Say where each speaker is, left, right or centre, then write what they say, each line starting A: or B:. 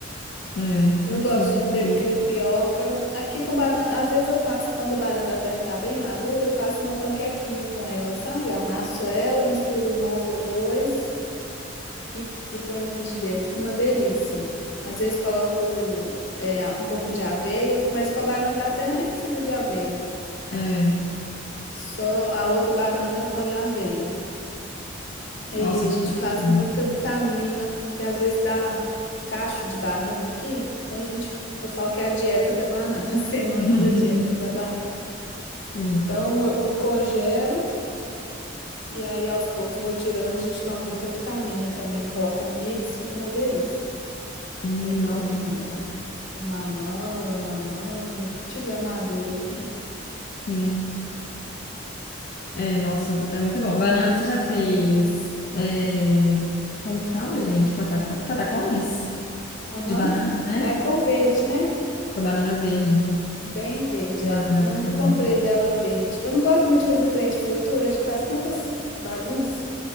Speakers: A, on the left; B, on the left.
A: É,
B: Eu
A: enfim,
B: gosto de
A: é
B: tre-
A: triste.
B: crepioca. Aqui com banana, às vezes eu faço quando a banana da terra tá bem madura, eu faço uma panquequinha com ela, sabe? Eu amasso ela, misturo um ovo ou dois. e, f- e põe no frigideiro. Fica uma delícia. Às vezes coloco é, um pouquinho de aveia, mas com a banana da terra nem precisa de aveia.
A: É,
B: Só a outra banana eu ponho aveia. E
A: nossa,
B: a
A: fica
B: gente
A: muito
B: faz
A: bom.
B: muita vitamina, porque às vezes dá cacho de banana aqui. Então a gente, eu falo que é a dieta da banana, <laughs> semana
A: <laughs>
B: da dieta da banana.
A: Sim.
B: Então eu, eu congelo e aí aos poucos eu vou tirando, a gente toma muita vitamina também. Coloco um nibs, fica uma delícia.
A: Hum,
B: Aí põe
A: nossa, muito bom.
B: uma mamão ou uma manga, o que tiver maduro aqui.
A: Sim. É, nossa, é muito bom. Banana, você já fez. é, como que fala, gente? Pataco- é patacones?
B: Aham.
A: De banana, né?
B: Mas é com verde, né?
A: Com a banana verde.
B: Bem verde,
A: Banana
B: é. Eu
A: da
B: nunca
A: terra verde.
B: comprei dela verde. Eu não gosto muito de fazer trem de fritura, acho que faz tantas bagunças,